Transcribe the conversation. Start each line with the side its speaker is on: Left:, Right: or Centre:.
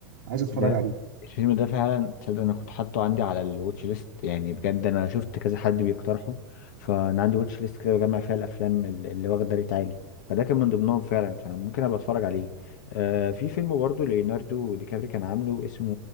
Right: عايز اتفرج
Left: لا
Right: عليه
Left: الفيلم ده فعلا تصدق انا كنت حاطه عندي على الواتش ليست يعني بجد انا شفت كذا حد بيقترحه فانا عندي واتش ليست كده بجمع فيها الافلام ال- اللي واخده ريت عالي فده كان من ضمنهم فعلا فانا ممكن ابقى اتفرج عليه آه في فيلم برضه ليوناردو دي كابري كان عامله اسمه